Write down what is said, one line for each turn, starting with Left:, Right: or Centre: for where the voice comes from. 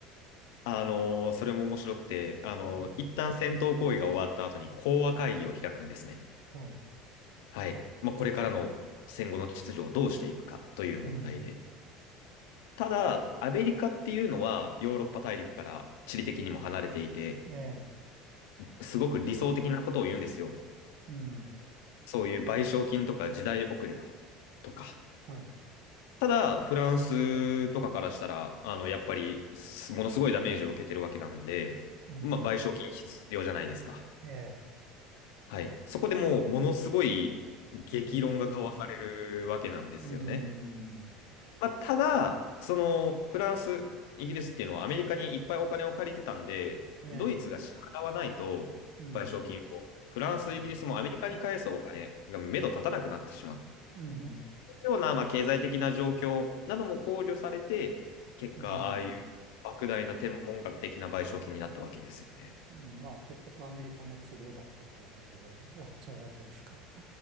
Left: あのーそれも面白くて、あのー一旦戦闘行為が終わった後に講和会議を開くんですね。
Right: う。うん、はい。
Left: はい。まあ、これからの戦後の秩序をどうしていくかという問題で。
Right: うん。
Left: ただ、アメリカっていうのはヨーロッパ大陸から地理的にも離れていて、
Right: ええ。
Left: すごく理想的なことを言うんですよ。
Right: うん。
Left: そういう賠償金とか時代遅れだとか。
Right: はい。
Left: ただ、フランスとかからしたら、あの、やっぱり、すものすごいダメージを受けてるわけなんで、
Right: うん。
Left: まあ、賠償金必要じゃないですか。
Right: ええ。
Left: はい。そこでもう、ものすごい激論が交わされるわけなんですよね。
Right: うん。うん。
Left: まあ、ただ、その、フランス、イギリスっていうのはアメリカにいっぱいお金を借りてたんで、
Right: ええ。
Left: ドイツが支払わないと、
Right: うん。
Left: 賠償金を、フランス、
Right: うん。
Left: イギリスもアメリカに返すお金が目処立たなくなってしまう。
Right: うん。うん。
Left: ような、まあ、経済的な状況なども考慮されて、結果、
Right: うん
Left: ああいう莫大な天文学的な賠償金になったわけですよね。
Right: まあ結局アメリカの都合だったということで終わっちゃうわけですか。